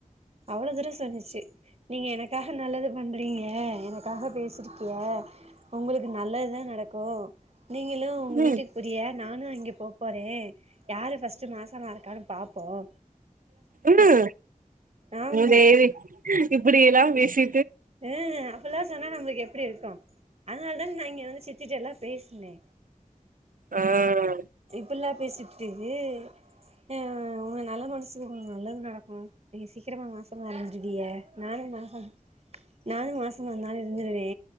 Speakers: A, on the right; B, on the right.
A: அவ்வளோ தூர சொல்லுச்சு நீங்க எனக் க்காக நல்லது பண்றீங்க எனக்காக பேசிருக்கிய உங்களுக்கு நல்லதுதான் நடக்கும் நீங்களும் உங்க
B: ம்
A: வீட்டுக்கு போரிய நானும் அங்க போ போறேன் யாரு ஃபர்ஸ்ட்டு மாசமா இருக்கான்னு பார்ப்போம்
B: உம்
A: ஆமா
B: மூதேவி இப்டியெல்லா பேசி
A: ஹம் அப்பெல்லா சொன்னா நம்ளுக்கு எ ப்டி இருக்கும் அதனால தாங் நா இங்க வந்து சிரிச்சிட்டு எல்லா பேசு பின்னே
B: ஆஹ்
A: இப்பில்லாப் பேசி புட்டு ஆஹ் உங்க நல்ல மனசுக்கு உங்களுக்கு நல்லது நடக்கும் நீங்க சீக்கிரமா மாசமா அடஞ்சிடுவிய நானு மாசம் நானு மாசம்மா இருந்தாலு இருந்துடுவே